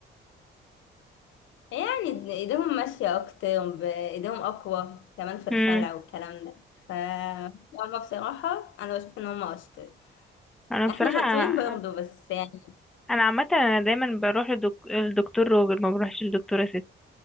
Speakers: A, on the left; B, in the centre.
A: يعني ايديهم ماشية اكتر ب- ايديهم اقوى كمان في الخلع
B: مم.
A: والكلام ده ف هما بصراحة انا بشوف ان هما اشطر
B: أنا بصراحة
A: احنا شاطرين برضه بس يعني
B: أنا عامة أنا دايما بروح لدك... للدكتور راجل ما بروحش للدكتورة ست